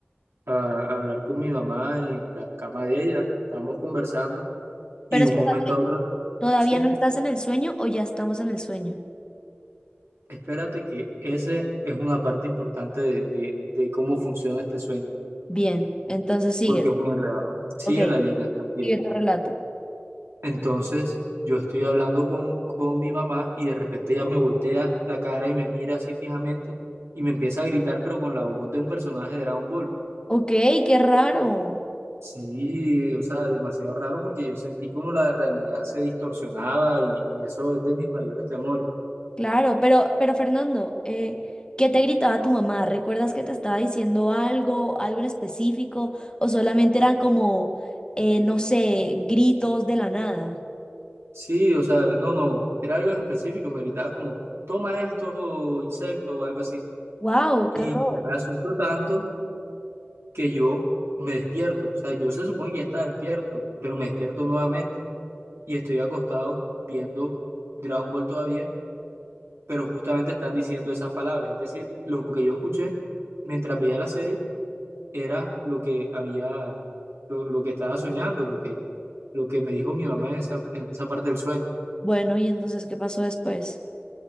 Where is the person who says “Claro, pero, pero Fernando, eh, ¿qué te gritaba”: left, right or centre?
Left